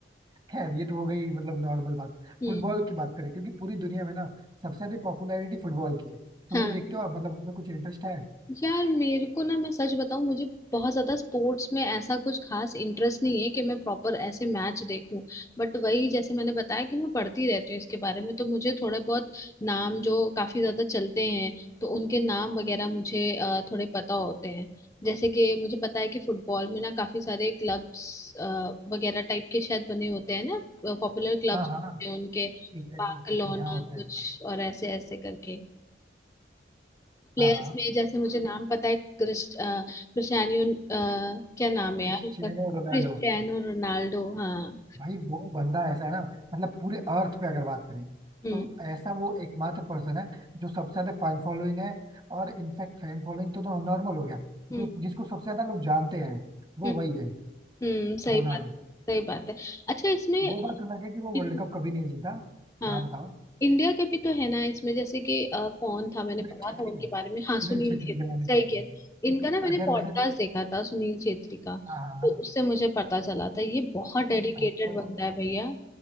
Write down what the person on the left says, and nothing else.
हम्म
हाँ।
यार मेरे को ना मैं सच बताऊं मुझे बहुत ज्यादा स्पोर्ट्स में ऐसा कुछ खास इंटरेस्ट नहीं है कि मैं प्रॉपर ऐसे मैच देखूं बट वही जैसे मैंने बताया कि मैं पढ़ती रहती हूँ इसके बारे में तो मुझे थोड़े बहुत नाम जो काफी ज्यादा चलते हैं तो उनके नाम वगैरह मुझे अ, थोड़े पता होते हैं जैसे कि मुझे पता है कि फुटबॉल में ना काफी सारे क्लब्स वगैरह टाइप के शायद बने होते हैं ना पॉपुलर क्लब्स
उनके
बार्सिलोना
कुछ
और ऐसे ऐसे करके प्लेयर्स
में जैसे मुझे नाम पता है क्रिस्ट अ, क्रिस्टियानो अ, क्या नाम है
यार उसका क्रिस्टियानो
रोनाल्डो हाँ
हम्म
हम्म
हम्म
हम्म, सही
बात है सही बात है अच्छा इसमें
इन,
हाँ
इंडिया के भी तो है ना इसमें जैसे कि अ, कौन था मैंने
पढ़ा
था उनके
बारे में हाँ सुनील
छेत्री
सही
कह
इनका ना मैंने
पॉडकास्ट
देखा था सुनील छेत्री का
तो उससे मुझे पता चला था ये बहुत डेडिकेटेड
बंदा है भैया